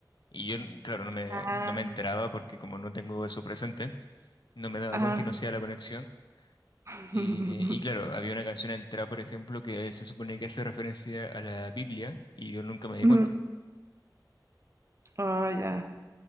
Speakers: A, on the left; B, on the right.
A: Y yo, claro, no me,
B: Ah,
A: no me enteraba porque como no tengo eso presente. no me daba
B: ajá.
A: cuenta y no hacía la conexión.
B: <laughs>
A: Y, y claro, había una canción entera, por ejemplo, que se supone que hace referencia a la Biblia y yo nunca me di
B: Mm,
A: cuenta.
B: Oh, ya.